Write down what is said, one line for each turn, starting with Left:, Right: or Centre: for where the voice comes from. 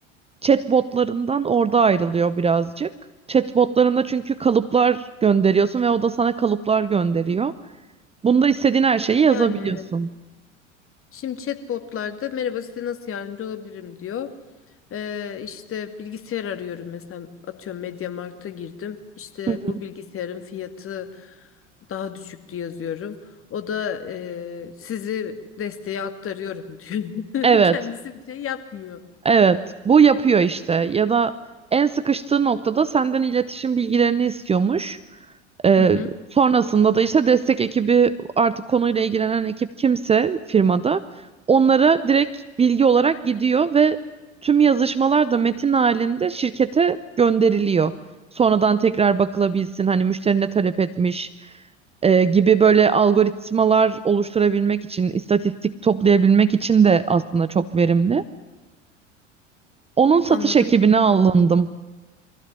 Right: chatbotlarından orada ayrılıyor birazcık. Chatbotlarında çünkü kalıplar gönderiyorsun ve o da sana kalıplar gönderiyor. Bunda istediğin her şeyi yazabiliyorsun.
Left: Yani evet. Şimdi chatbotlarda merhaba size nasıl yardımcı olabilirim diyor. Ee, işte bilgisayar arıyorum mesela atıyorum MediaMarkt'a girdim. İşte
Right: Hı hı.
Left: bu bilgisayarın fiyatı daha düşüktü yazıyorum. O da eee, sizi desteğe aktarıyorum diyor.
Right: Evet,
Left: <laughs> Kendisi bir şey yapmıyor.
Right: evet. Bu yapıyor işte. Ya da en sıkıştığı noktada senden iletişim bilgilerini istiyormuş. Ee,
Left: Hı hı,
Right: sonrasında da işte destek ekibi artık konuyla ilgilenen ekip kimse firmada onlara direkt bilgi olarak gidiyor ve tüm yazışmalar da metin halinde şirkete gönderiliyor. Sonradan tekrar bakılabilsin hani müşteri ne talep etmiş e, gibi böyle algoritmalar oluşturabilmek için, istatistik toplayabilmek için de aslında çok verimli. Onun satış
Left: anladım
Right: ekibine alındım.
Left: anladım.